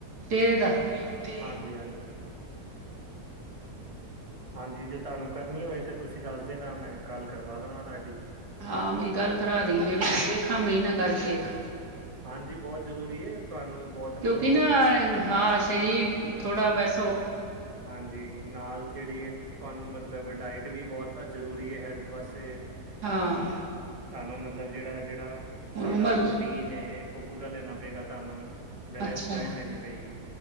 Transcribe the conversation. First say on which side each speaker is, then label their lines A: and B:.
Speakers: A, on the right; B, on the right.
A: ਤੇਰੇ ਦਾ। ਅਛਾ
B: ਹਾਂਜੀ ਹਾਂਜੀ ਹਾਂਜੀ ਜੇ ਤੁਹਾਨੂੰ ਕਰਨੀ ਹੋਵੇ ਤਾਂ ਤੁਸੀਂ ਦੱਸ ਦੇਣਾ ਮੈਂ ਗੱਲ ਕਰਵਾ ਦਗਾ ਤੁਹਾਡੀ।
A: ਹਾਂ ਮੇਰੀ ਗੱਲ ਕਰਾ ਦੇ ਮੈਂ ਵੀ ਦੇਖਾ ਮਹੀਨਾ ਕਰਕੇ ਇੱਕ
B: ਹਾਂਜੀ ਬਹੁਤ ਜ਼ਰੂਰੀ ਹੈ ਤੁਹਾਨੂੰ ਬਹੁਤ ਅੰਦਰੋਂ
A: ਕਿਉਂਕਿ ਨਾ ਹਾਂ ਸ਼ਰੀਰ ਥੋੜਾ ਵੈਸੇ
B: ਹਾਂਜੀ ਨਾਲ ਜਿਹੜੀ ਹੈ ਤੁਹਾਨੂੰ ਮਤਲਬ ਡਾਇਟ ਵੀ ਬਹੁਤ ਜ਼ਰੂਰੀ। ਏ ਹੈਲਥ ਵਾਸਤੇ ਤੁਹਾਨੂੰ
A: ਹਾਂ
B: ਮਤਲਬ ਜਿਹੜਾ ਜਿਹੜਾ
A: ਹੁਣ
B: ਸਾਡਾ
A: ਉਮਰ ਹੂੰ
B: ਪ੍ਰੋਟੀਨ ਹੈ ਉਹ ਪੂਰਾ ਲੈਣਾ। ਪਏਗਾ ਤੁਹਾਨੂੰ ਬੈਲੈਂਸ
A: ਅੱਛਾ
B: ਡਾਇਟ ਲੈਣੀ ਪਏਗੀ